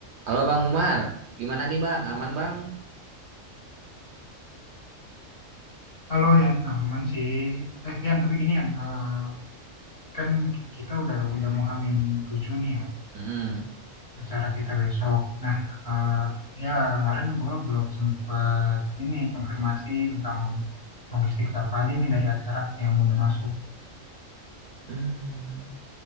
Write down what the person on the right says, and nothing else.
Halo Bang Umar, gimana nih Bang? Aman Bang?
Mm.
Hmm.